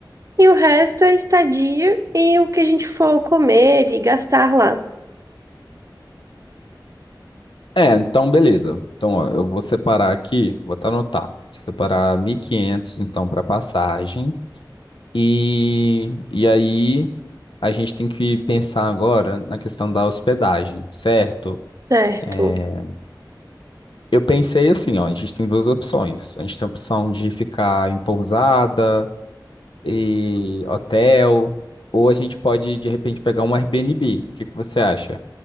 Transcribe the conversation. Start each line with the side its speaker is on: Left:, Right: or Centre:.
Right: E o resto é estadia e o que a gente for comer e gastar lá.
Left: É, então beleza. Então, ó, eu vou separar aqui, vou até anotar. Separar 1.500 então, para passagem. E, e aí, a gente tem que pensar agora na questão da hospedagem, certo?
Right: Certo.
Left: É, eu pensei assim, ó, a gente tem duas opções. A gente tem a opção de ficar em pousada e hotel, ou a gente pode, de repente, pegar um Airbnb. O que que você acha?